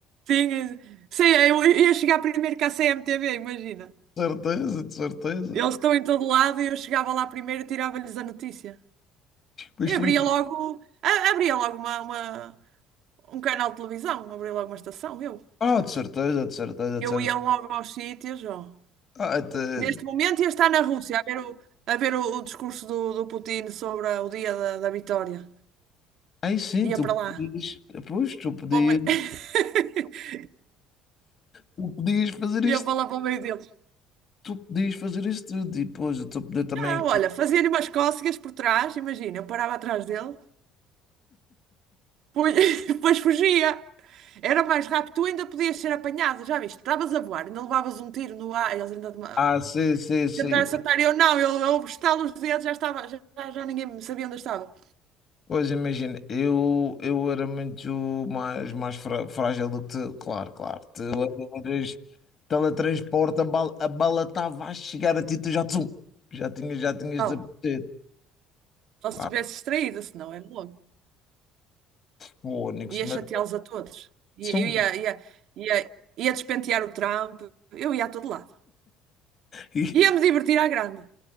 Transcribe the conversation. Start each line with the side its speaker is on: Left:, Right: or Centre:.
Right: Sim, eu- sei, eu ia chegar primeiro que a CMTV, imagina.
Left: De certeza, de certeza.
Right: Eles estão em todo lado e eu chegava lá primeiro e tirava-lhes a notícia.
Left: Mas
Right: E
Left: tu,
Right: abria logo, a- abria logo uma, uma- um canal de televisão, abria logo uma estação, eu.
Left: ah, de certeza, de certeza,
Right: Eu
Left: de certeza.
Right: ia logo aos sítios, ó.
Left: Ah, até...
Right: Neste momento ia estar na Rússia a ver o, a ver o, o discurso do, do Putin sobre a- o dia da, da vitória.
Left: Aí sim,
Right: Ia
Left: tu
Right: para
Left: podias,
Right: lá.
Left: pois, tu podias,
Right: Para o meio- <laughs>
Left: tu podias fazer isto,
Right: Ia para lá para o meio deles.
Left: tu podias fazer isto tudo, e depois eu estou a poder também.
Right: Ah, olha, fazia-lhe umas cócegas por trás, imagina, eu parava atrás dele. Pois, <laughs> pois fugia. Era mais rápido. Tu ainda podias ser apanhado, já viste? Estavas a voar, ainda levavas um tiro no ar. Eles ainda te
Left: Ah, sim, sim, sim.
Right: tentaram acertar. Eu não, eu, eu estalo os dedos, já estava, já, já já ninguém me sabia onde eu estava.
Left: Pois imagina, eu, eu era muito mais, mais frá- frágil do que tu, claro, claro. Tu eras teletransporte, a bala, a bala estava a chegar a ti, tu já, tsum, já tinhas, já tinhas
Right: Não,
Left: desaparecido.
Right: só se
Left: Ah,
Right: tivesse distraída, senão era logo.
Left: fónix,
Right: Ia
Left: mas,
Right: chateá-los a todos.
Left: são-
Right: Ia, eu ia,
Left: <laughs>
Right: ia, ia, ia despentear o Trump. Eu ia a todo lado.
Left: e-
Right: Ia-me divertir à grande.